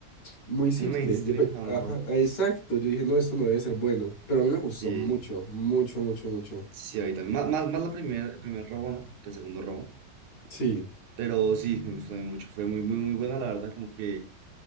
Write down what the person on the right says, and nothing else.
Muy mainstream,
a lo
mejor.
Sí,
sí, ahí también. Más, más, más la primer, el primer robo, ¿no? Que el segundo robo.
Pero sí, me gustó también mucho. Fue muy, muy, muy buena, la verdad. Como que,